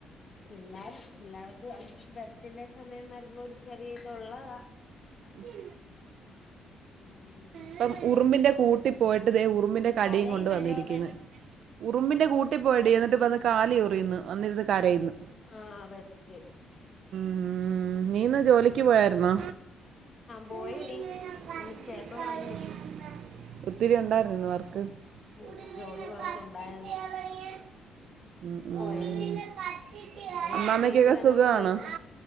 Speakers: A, on the left; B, on the right.
A: എല്ലാവക്ക എല്ലാവർക്കും ബ അതിന്റെ സമയം വരുമ്പോ ഒരു ചെറിയ ഇതുള്ളതാ
B: ഉ
A: ഉം ഉം
B: ഇപ്പം ഉറുമ്പിന്റെ കൂട്ടി പോയിട്ട് ദേ ഉറുമ്പ് ഉറുമ്പിന്റെ കടിയും
A: കരയുന്നല്ലോ
B: കൊണ്ട് വന്നിരിക്കുന്നു
A: അവൻ
B: ഉറുമ്പിന്റെ കൂട്ടിൽപ്പോയിടി എന്നിട്ട് വന്ന് കാല് ചൊറിയുന്ന്, വന്നിരുന്ന് കരയ്ന്ന്
A: ആഹ് ബെസ്റ്റ്റ്റ്
B: ഉം നീ ഇന്ന് ജോലിക്ക് പോയായിരുന്നോ
A: പോയടി,
B: ഉളിമീന കത്തി
A: ഞാൻ ഉച്ചയായപ്പ
B: കളയണ്ട
A: വന്ന്
B: ഒത്തിരി ഉണ്ടായിരുന്നു ഇന്ന് വർക്ക്
A: ഉ
B: ഉളിമീന
A: ജോലി കൊറേത്
B: കത്തിച്ച്
A: ഉണ്ടായിരുന്നു
B: കളയ ഉം,
A: കൊഴഞ്ഞ്,
B: ഉളിമീന കത്തിച്ച്
A: ഉ അങ്ങനെ
B: കളയ അമ്മാമ്മയ്ക്കൊക്കെ
A: വന്ന് വീട്ടിൽ വന്നപ്പോ
B: സുഖമാണോ
A: വീട്ടില്
B: അമ്മ